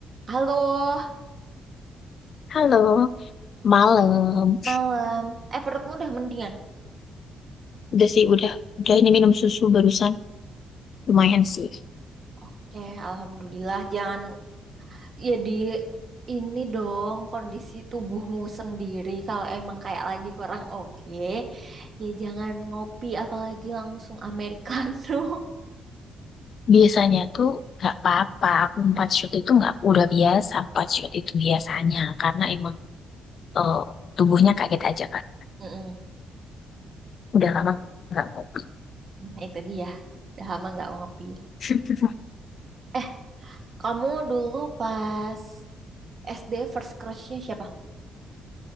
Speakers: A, on the right; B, on the left.
A: Halo,
B: Halo, malam.
A: malam. Eh, perutmu udah mendingan?
B: Udah sih, udah. Udah ini minum susu barusan. Lumayan sih.
A: Oke, alhamdulillah. Jangan jadi ini dong kondisi tubuhmu sendiri kalau emang kayak lagi kurang oke. Ya jangan ngopi apalagi langsung americano. <laughs>
B: Biasanya tuh nggak apa-apa. Aku empat shot itu nggak udah biasa. Empat shot itu biasanya. Karena emang eh, tubuhnya kaget aja kan.
A: Mm-mm.
B: Udah lama nggak ngopi.
A: Nah, itu dia. Udah lama nggak ngopi.
B: <laughs>
A: Eh, kamu dulu pas SD first crushnya siapa?